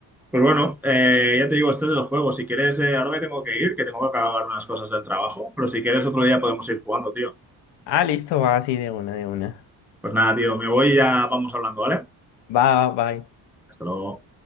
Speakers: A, in the centre; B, on the left.
A: Pues bueno, eh, ya te digo, este es el juego. Si quieres, eh, ahora me tengo que ir, que tengo que acabar unas cosas del trabajo, pero si quieres otro día podemos ir jugando, tío.
B: Ah, listo, va así de una, de una.
A: Pues nada, tío, me voy y ya vamos hablando, ¿vale?
B: Va, va, va.
A: Hasta luego.